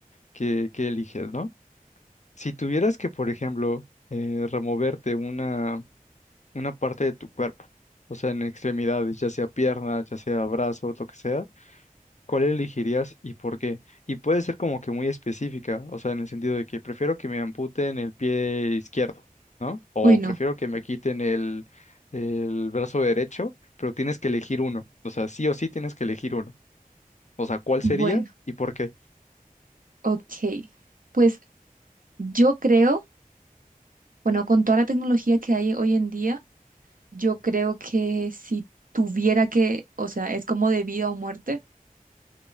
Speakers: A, on the left; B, on the right.
A: qué, qué eliges, ¿no? Si tuvieras que, por ejemplo, eh, removerte una, una parte de tu cuerpo, o sea, en extremidades, ya sea pierna, ya sea brazo, lo que sea, ¿cuál elegirías y por qué? Y puede ser como que muy específica, o sea, en el sentido de que prefiero que me amputen el pie izquierdo, ¿no? O
B: Uy, no.
A: prefiero que me quiten el, el brazo derecho, pero tienes que elegir uno, o sea, sí o sí tienes que elegir uno. O sea, ¿cuál
B: Bueno,
A: sería y por qué?
B: ok. Pues yo creo, bueno, con toda la tecnología que hay hoy en día, Yo creo que si tuviera que, o sea, es como de vida o muerte,